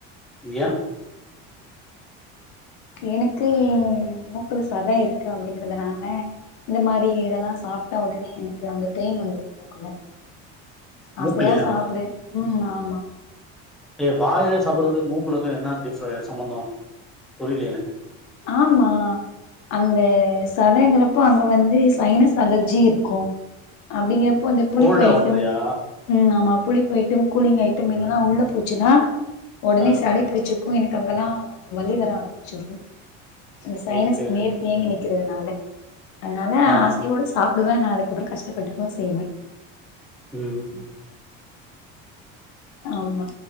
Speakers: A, in the centre; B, on the left (about 60°).
A: ஏ
B: எனக்கு மூக்குல சத இருக்கு அப்டிங்குறதுனால இந்த மாரி இதெல்லா சாப்ட்டா ஒடனே எனக்கு அங்க பெயின் வந்துரு மூக்குல
A: மூக்குலையா
B: ஆசையா சாப்டு ம் ஆமா
A: ஏ வாயில சாப்பிடறதுக்கு மூக்குளக்கு என்ன டிஃபர் சம்பந்தம் புரியலயே
B: ஆமா அந்த சதைங்கிறப்போ அங்க வந்து சைனஸ் அலர்ஜி இருக்கு அப்டிங்கப்போ இப்போ இந்த புளிப்பு
A: கோல்டா பண்றியா
B: ஐட்டம் உம் ஆமா புளிப்பு ஐட்டம் கூலிங் ஐட்டம் எதுன்னா உள்ள போச்சுன்னா ஒடனே
A: ஆ
B: சாலி பிடிச்சு எனக்கு அங்கெல்லாம் வலி வர ஆரம்பிச்சிரு சைனஸ்
A: ஓகே
B: நீர் தேங்கி நி க்கிறதுனால அதனால
A: ஆ
B: ஆசையோடு சாப்புடுவ அதுக்கப்புறம் கஷ்டப்பட்டுதா செய்வ
A: ம்
B: ஆமா